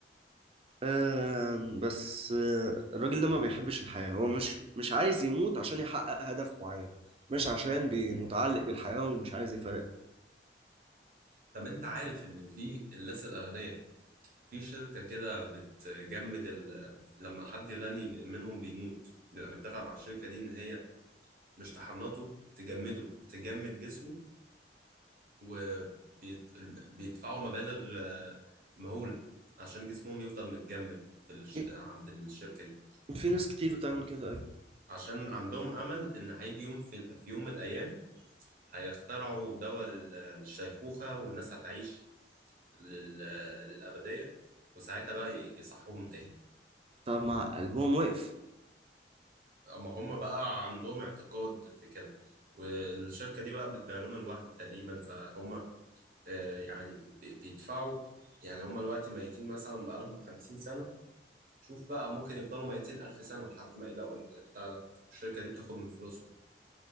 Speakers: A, on the right; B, on the right.
A: آم، بس آه، الراجل ده ما بيحبش الحياه هو مش مش عايز يموت عشان يحقق هدف معين مش عشان بي- متعلق بالحياه ومش عايز يفارقها
B: طب انت عارف ان في الناس الاغنياء في شركة كده بتجمد ال... لما حد غني منهم بيموت بيبقى متفق مع الشركة دي إن هي مش تحنطه تجمده تجمد جسمه وبيدفعوا مبالغ آه، مهولة عشان جسمهم يفضل متجمد في الش...
A: في
B: عند الشركة دي
A: في ناس كتير بتعمل كده ايوه
B: عشان عندهم أمل إن هيجي يوم في, في يوم من الأيام هيخترعوا دواء لل- للشيخوخة والناس هتعيش لل... للأبدية وساعتها بقى يصحوهم تاني
A: طب ما قلبهم وقف
B: اما هم بقى عندهم اعتقاد في كده والشركة دي بقى بتبيع لهم الوهم تقريبا فهم آه، يعني بي- بيدفعوا يعني هم دلوقتي ميتين مثلا بقالهم 50 سنة شوف بقى ممكن يفضلوا ميتين ألف سنة لحد ما يلاقوا البتاع ده الشركة دي بتاخد من فلوسهم